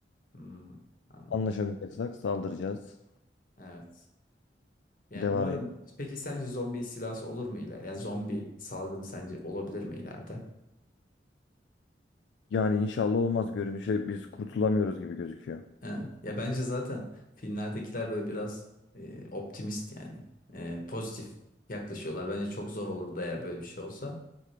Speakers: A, on the left; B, on the left.
A: Hmm, anladım.
B: Anlaşamayacaksak saldıracağız.
A: Evet. Yani
B: Devam
A: umarım
B: edelim.
A: peki sence zombi istilası olur mu ileride? Yani zombi salgını sence olabilir mi ileride?
B: Yani inşallah olmaz. Görünüşe biz kurtulamıyoruz gibi gözüküyor.
A: Evet. Ya bence zaten filmlerdekiler böyle biraz e, optimist yani. E, pozitif yaklaşıyorlar. Bence çok zor olurdu eğer böyle bir şey olsa.